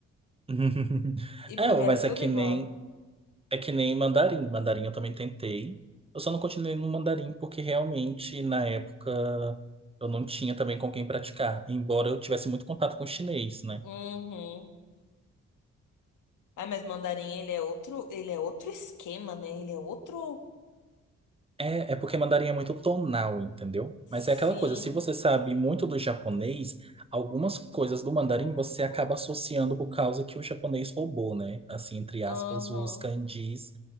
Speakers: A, on the right; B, on the left.
A: <laughs>
B: E
A: É,
B: pra mim era
A: mas
B: tudo
A: é que
B: igual.
A: nem, é que nem mandarim. Mandarim eu também tentei. Eu só não continuei no mandarim porque realmente na época eu não tinha também com quem praticar. Embora eu tivesse muito contato com chinês, né?
B: Uhum. Ah, mas mandarim, ele é outro, ele é outro esquema, né? Ele é outro.
A: É, é porque mandarim é muito tonal, entendeu?
B: Sim.
A: Mas é aquela coisa, se você sabe muito do japonês, algumas coisas do mandarim você acaba associando por causa que o japonês roubou, né? Assim, entre
B: Aham.
A: aspas, os kanjis